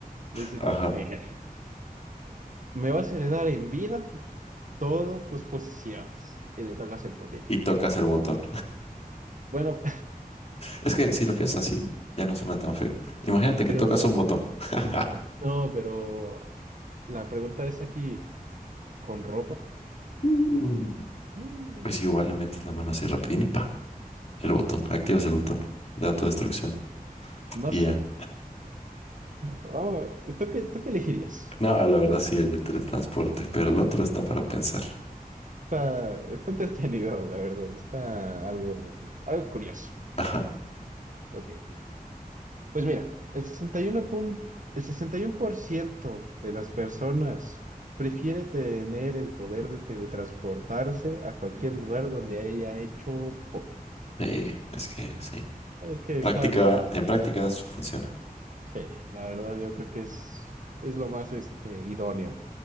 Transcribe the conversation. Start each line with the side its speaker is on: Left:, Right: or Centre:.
Right: le dices,
Left: Ajá.
Right: "Mira, me vas a heredar en vida todas tus posesiones. Y le tocas el fundillo.
Left: Y tocas el botón.
Right: Bueno,
Left: Es que si lo piensas así, ya no suena tan feo. Imagínate que
Right: <laughs> pero,
Left: tocas un botón. <laughs>
Right: no, pero la pregunta es aquí. ¿Con ropa?
Left: Mm.
Right: Mm,
Left: Pues igual le metes la mano así rapidín y pa, el botón, activas el botón de autodestrucción
Right: No
Left: y ya.
Right: sé. Oh, ¿tú qué, tú qué elegirías?
Left: No, la verdad sí, el de teletransporte, pero el otro está para pensar.
Right: Está, está entretenido, la verdad. Está algo, algo curioso.
Left: Ajá.
Right: Ok. Pues mira, el sesenta y uno pun- el 61% de las personas prefiere tener el poder de teletransportarse a cualquier lugar donde haya hecho popó.
Left: Sí, es que sí.
Right: Es que
Left: Práctica,
Right: está más...
Left: en prácticas funciona.
Right: Sí, la verdad yo creo que es, es lo más este, idóneo,